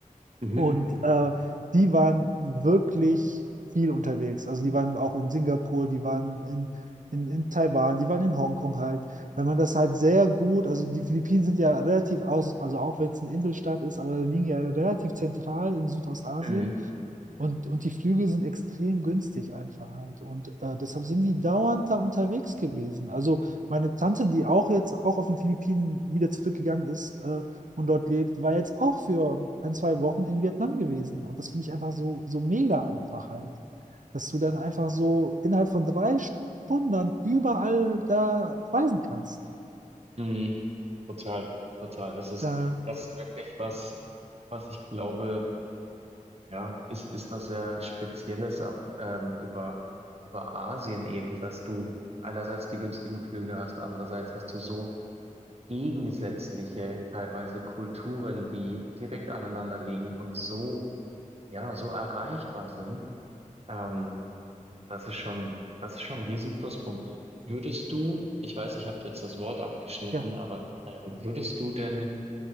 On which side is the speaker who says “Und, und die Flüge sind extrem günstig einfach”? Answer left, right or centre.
Right